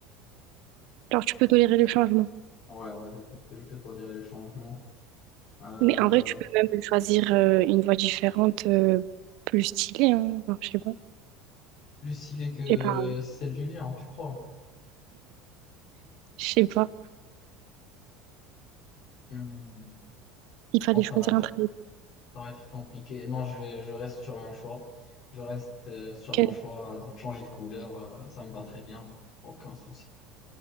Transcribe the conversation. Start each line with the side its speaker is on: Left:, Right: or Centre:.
Right: Alors tu peux tolérer le changement.
Left: ouais, ouais, je peux, je peux tolérer le changement. Euh,
Right: Mais en vrai, tu peux même choisir euh, une voix différente, euh, plus stylée, hein. Genre, je sais pas.
Left: plus stylé que
Right: Je sais pas.
Left: celle du lien, tu crois.
Right: Je sais pas.
Left: Hmm.
Right: Il fallait
Left: Bon, ça
Right: choisir
Left: va être,
Right: entre
Left: ça va être compliqué. Non, je, vais- je reste sur mon choix. Je reste euh, sur
Right: lesquelles.
Left: mon choix. Donc, changer de couleur, euh, ça me va très bien. Bon, Aucun souci.